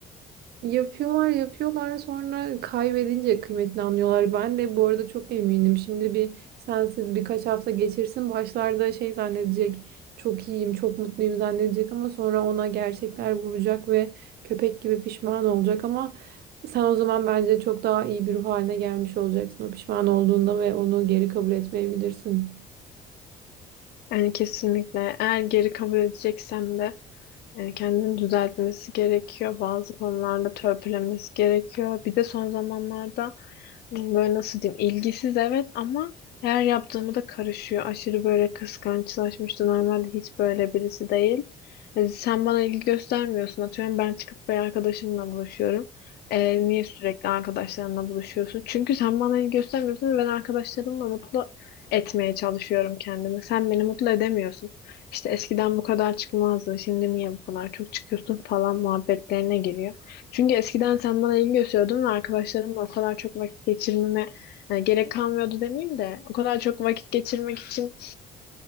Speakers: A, on the right (about 70°); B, on the left (about 70°).
A: Yapıyorlar yapıyorlar sonra kaybedince kıymetini anlıyorlar. Ben de bu arada çok eminim. Şimdi bir sensiz birkaç hafta geçirsin başlarda şey zannedecek çok iyiyim çok mutluyum zannedecek ama sonra ona gerçekler vuracak ve köpek gibi pişman olacak ama sen o zaman bence çok daha iyi bir ruh haline gelmiş olacaksın o pişman olduğunda ve onu geri kabul etmeyebilirsin.
B: <laughs> Yani kesinlikle. Eğer geri kabul edeceksem de e, kendini düzeltmesi gerekiyor. Bazı konularda törpülemesi gerekiyor. Bir de son zamanlarda Böyle nasıl diyeyim? İlgisiz evet ama her yaptığımı da karışıyor. Aşırı böyle kıskançlaşmıştı. Normalde hiç böyle birisi değil. E, Sen bana ilgi göstermiyorsun. Atıyorum ben çıkıp bir arkadaşımla buluşuyorum. E, niye sürekli arkadaşlarınla buluşuyorsun? Çünkü sen bana ilgi göstermiyorsun ve ben arkadaşlarımla mutlu etmeye çalışıyorum kendimi. Sen beni mutlu edemiyorsun. İşte eskiden bu kadar çıkmazdı. Şimdi niye bu kadar çok çıkıyorsun falan muhabbetlerine giriyor. Çünkü eskiden sen bana ilgi gösteriyordun ve arkadaşlarımla o kadar çok vakit geçirmeme yani gerek kalmıyordu demeyeyim de o kadar çok vakit geçirmek için